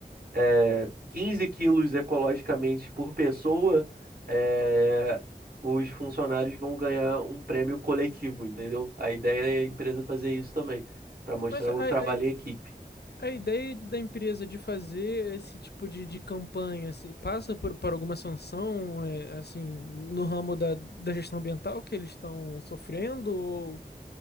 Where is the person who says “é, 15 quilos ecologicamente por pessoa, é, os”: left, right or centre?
Right